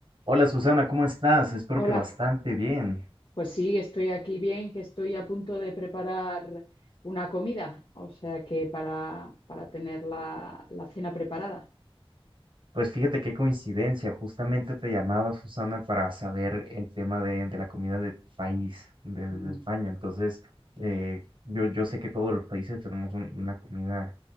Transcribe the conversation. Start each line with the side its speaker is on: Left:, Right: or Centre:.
Right: Hola Susana, ¿cómo estás? Espero
Left: Hola,
Right: que bastante bien.
Left: pues sí, estoy aquí bien, que estoy a punto de preparar una comida, o sea que para, para tener la, la cena preparada.
Right: Pues fíjate qué coincidencia, justamente te llamaba Susana para saber el tema de, de la comida de tu país, desde
Left: Mm,
Right: España. Entonces, eh, yo, yo sé que todos los países tenemos un- una comida